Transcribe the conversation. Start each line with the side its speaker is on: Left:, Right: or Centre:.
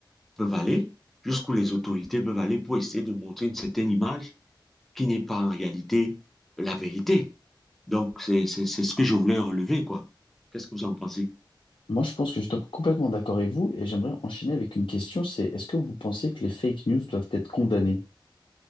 Centre: peuvent aller, jusqu'où les autorités peuvent aller pour essayer de montrer une certaine image qui n'est pas en réalité la vérité. Donc, c'est, c'est, c'est ce que je voulais relever, quoi. Qu'est-ce que vous en pensez?
Left: Moi, je pense que je suis complètement d'accord avec vous et j'aimerais enchaîner avec une question, c'est est-ce que vous pensez que les fake news doivent être condamnées?